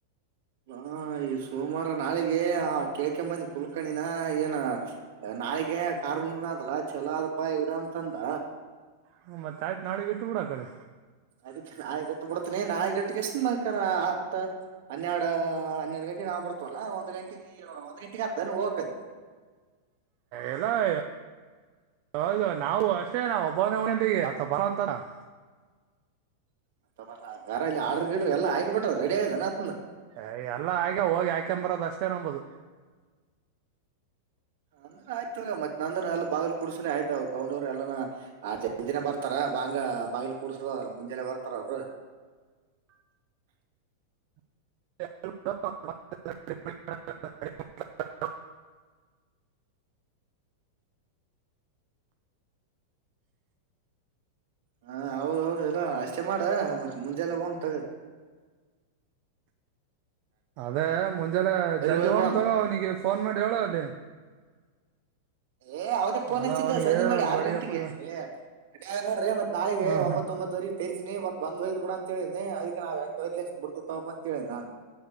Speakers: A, on the right (about 55°); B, on the right (about 35°).
A: ಹ ಈ ಸೋಮಾರ ನಾಳಿಗೆ ಆ ಕೆಳ್ಕೆಂಬಂದಿ ಕುಲ್ಕಣಿನ ಏನ ನಾಳಿಗೆ ಕಾರಾ ಹುಣ್ಣಿಮೆ ಅದಲ ಚಲೋದಪ್ಪ ಇಡು ಅಂತಂದ
B: ಹ್ಮ ಮತ್ತ ಆಯ್ತ್ ನಾಳಿಗೆ ಇಟ್ಟುಬೀಡು ಆಕಡೆ.
A: ಅದಕ್ಕೆ ನಾಳಿಗಿಟ್ಟುಬಿಡ್ತನಿ ನಾಳಿ ಗಿಟ್ಟಿಗೇಶಿಂದ ಬೇಕಾರ ಹತ್ತ ಹನ್ನೆರಡು ಹನ್ನೆರಡು ಗಂಟೆ <unintelligible> ಬರ್ತವಲ್ಲ ಒಂದ ಗಂಟೆ ಒಂದ ಗಂಟೆಗೆ ಅಕ್ಕೆತನ ಹೋಗಾಕ್ ಅಲ್ಲಿ
B: ಎಲ್ಲೋ. <unintelligible> ಹೌದು ನಾವು ಅಷ್ಟೇ ನಾ ಒಬ್ಬನವನೀ ಅಲ್ಲಿಗೆ ಅಥ ಬರಾತಾರ. <inaudible>
A: <unintelligible> ಆರ್ಡ್ರ ಗಿಡ್ರ ಎಲ್ಲ ಆಗಿ ಬಿಟ್ಟದ ರೆಡಿಯದಾನಾ ಆತ್ತಂದನ.
B: ಏ ಎಲ್ಲ ಆಗ್ಯವೋ ಹೋಗಿ ಹಾಕೆಂಡ ಬರೋದ ಅಷ್ಟ ನಮ್ದ.
A: ಅಂದ್ರೆ ಆಯ್ತ ತೊಗೊ ಮತ್ ನಂದರ ಎಲ್ಲ ಬಾಗಲು ಕೂಡ್ಸಲಿ ಆಯ್ತ ಕೌಡವರ್ ಎಲ್ಲರ <unintelligible> ಬರ್ತಾರ ಹಂಗ ಬಾಗಿಲು ಕೂಡ್ಸದದಲ್ಲ ಮುಂಜೆನೆ ಬರ್ತಾರ ಅವ್ರು.
B: <inaudible> <unintelligible>
A: ಹಾ ಹೌದೌದು ಎಲ್ಲ ಅಷ್ಟೇ ಮಾಡ ಮತ್ತ ಮುಂಜೆಲ್ಲೆ ಹೋಗುಮ್. <unintelligible>
B: ಅದೇ ಮುಂಜಾನೆ ಜಲ್ದಿ
A: ಹೋಗ್ಬಿಡಮ್ಮ
B: ಹೋಗೊಮ್ಮ ತಗೋ ಅವನಿಗೆ ಫೋನ್ ಮಾಡಿ ಹೇಳು ಅಲ್ಲಿ.
A: ಏ ಅವ್ನೇ ಪೋನ್
B: ಅಲ್ಲ
A: ಹಚ್ಚಿದ್ದ
B: ಅವನಿಗೆ
A: ಸಂಜೆ ಮಾಡಿ ಆರ್
B: ಬಡಿಗಪ್ಪ
A: ಗಂಟೆಗೆ ಮನ್ಯಾಗ ನೋಡ್ರಿ ಮತ ನಾಳೆಗೆ
B: ಹಾ ಹಾ
A: ಒಂಬತ್ತೊಂಬತ್ತುವರಿ ತರಿಸಿನೀ ಮತ್ತ ಬಂದ ಒಯ್ದುಬಿಡ ಅಂತ ಹೇಳಿನೀ ಅದಕ್ಕೆ ನಾವು ಎಂಟುವರೆ ಲಕ್ಷ ಕೊಡ್ತೀವಿ ತೊಗೊಂಡ ಬಾ ಅಂತ ಹೇಳಿನಿ ನಾನ.